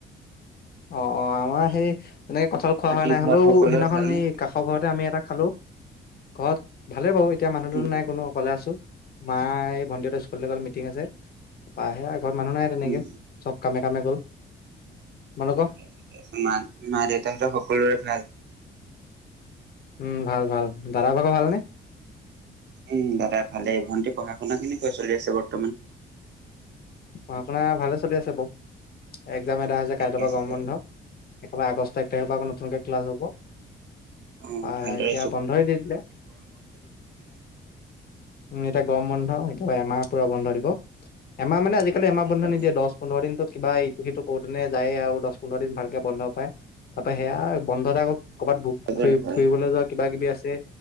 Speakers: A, on the left; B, on the right.
A: অ-অ আমাৰ সেই তেনেকে কঁঠাল খোৱা
B: বাকী
A: হোৱা নাই।
B: ঘৰত
A: হ'লেও
B: সকলোৱে
A: সেইদিনাখন
B: ভালনে?
A: এই কাষৰ ঘৰতে আমি খালো। ঘৰত ভালে বাৰু এতিয়া মানুহ দুনুহ
B: উম
A: নাই কোনো অকলে আছো। মা এই ভণ্টিহঁতৰ স্কুললৈ গ'ল, মিটিং আছে পাহে ঘৰত মানুহ নাই
B: উম
A: তেনেকে,
B: উম
A: চব কামে কামে গ'ল। তোমালোকৰ
B: ঠিকে আছে, মা-মা দেউতাহঁতৰ সকলোৰে ভাল?
A: উম, ভাল ভাল। দাদা ভাগৰ ভাল নে?
B: <unintelligible>
A: পঢ়া-শুনা ভালে চলি আছে বাৰু। এক্সাম এটা হৈছে,
B: তাকে
A: কাইলৈৰ পৰা
B: তাকে
A: গৰম বন্ধ। একেবাৰে আগষ্ট এক তাৰিৰ পৰা আকৌ নতুকে ক্লাছ হ'ব।
B: অহ,
A: তাৰপৰা
B: ভালদৰে
A: এতিয়া বন্ধই দি দিলে উম, এতিয়া গৰম বন্ধ, এতিয়া এমাহৰ পোৰা বন্ধ দিব। এমাহ মানে, আজিকালি এমাহ
B: তাকে
A: বন্ধ
B: তাকে।
A: নিদিয়ে, দহ-পোন্ধৰ দিনটো কিবা ইটো - সিটো কঁৰোতেনে যায়ে আৰু দহ - পোন্ধৰ দিন ভালকে বন্ধ পায়। তাৰ পৰা সেয়া বন্ধতে আকৌ ক'ৰবাত
B: হয়
A: ফৰি
B: হয়।
A: ফুৰিবলৈ যোৱা কিবা-কিবি আছে,